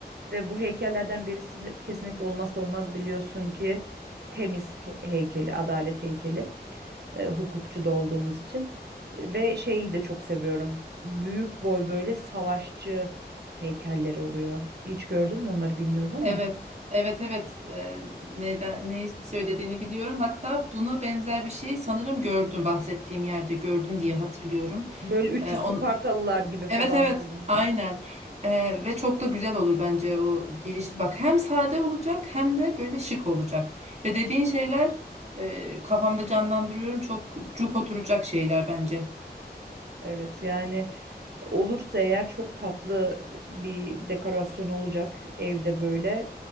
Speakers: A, on the right; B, on the right.
A: Ve bu heykellerden birisi kesinlikle olmazsa olmaz biliyorsun ki temiz he- heykeli, adalet heykeli. E, hukukçu da olduğumuz için. Ve şeyi de çok seviyorum. Büyük boy böyle savaşçı heykelleri oluyor. Hiç gördün mü onları bilmiyorum ama.
B: Evet, evet, evet. Ee, neyden, ne söylediğini biliyorum. Hatta buna benzer bir şey sanırım gördüm, bahsettiğim yerde gördüm diye hatırlıyorum.
A: Böyle 300
B: Ee, on,
A: Spartalılar gibi falan
B: evet, evet,
A: böyle.
B: aynen. Ee, ve çok da güzel olur bence o girişli. Bak hem sade olacak hem de böyle şık olacak. Ve dediğin şeyler e, kafamda canlandırıyorum. Çok cuk oturacak şeyler bence.
A: Evet yani olursa eğer çok tatlı bir dekorasyon olacak evde böyle.